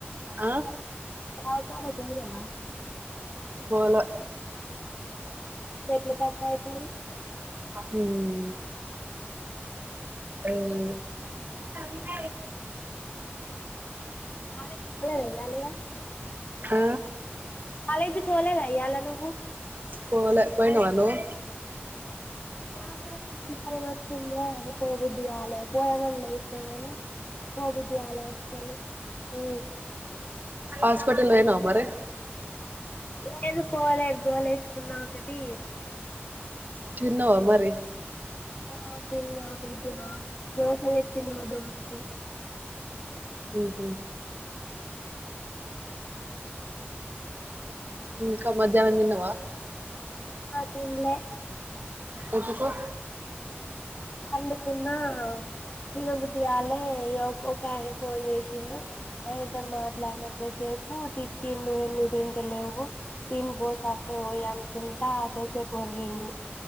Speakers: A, on the right; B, on the left.
A: ఆ
B: దవ్కానక్ వోయినవా
A: పోలె
B: ఎట్ల తక్కువైతది
A: మ్ ఏమో ఇగ
B: కాలేజ్క్పోలేదా ఇయ్యాలిగా
A: ఆ
B: కాలేజీక్ వోలేదా ఇయ్యాల నువ్
A: పోలే పోయినవా నువ్
B: నాక్ గుడా కొంచెం జరం ఒచ్చిందే పోబుద్దిగాలే పోదామని లేసి గనీ పోబుద్ధి గాలే అస్సలు ఆ
A: హాస్పటల్ వోయినవా మరి
B: లేదు పోలే గోలేసుకున్నా ఒకటి
A: తిన్నవా మరీ
B: ఆ తిన్న పోతున్న దోశ తచ్చింది మా దోస్తు
A: మ్ హ్ ఇంక మధ్యానం దిన్నవా
B: ఆ తిన్లే
A: ఏతుకు
B: పండుకున్నా తినబుద్ధిగాల్లే ఇగ ఒక అయన ఫోన్ చేసిండు ఆయనతోన్ మాట్లాడినకోసేపు తిట్టిండు ఎందుకు తింటలేవు తిను్పో సక్కగ్ వొయ్ అనుకుంటా కోసేపు ఒర్రిండు